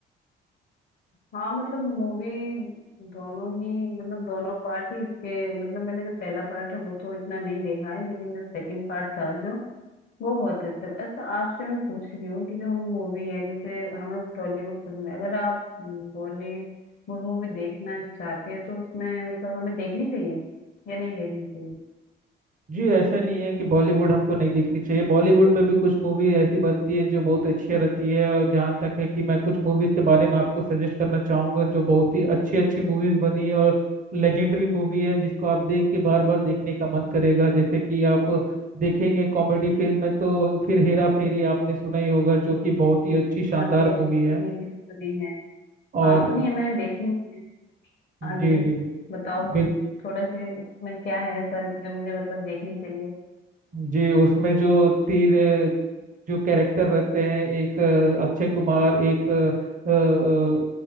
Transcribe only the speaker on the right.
जी ऐसा नहीं है कि बॉलीवुड हमको नहीं देखनी चाहिए बॉलीवुड में भी कुछ मूवी ऐसी बनती है जो बहुत अच्छी रहती है और जहाँ तक है कि मैं कुछ मूवीज के बारे में आपको सजेस्ट करना चाहूँगा जो बहुत ही अच्छी अच्छी मूवीज बनी है और लेजेंडरी मूवी है जिसको आप देख के बार बार देखने का मन करेगा जैसे कि आप देखेंगे कॉमेडी फिल्म में तो फिर हेरा फेरी आपने सुना ही होगा जो कि बहुत ही अच्छी शानदार
मूवी
है
और
जी
जी
बिल्कुल
जी उसमें जो तीन जो कैरेक्टर रहते हैं एक अ, अक्षय कुमार एक अ, अ,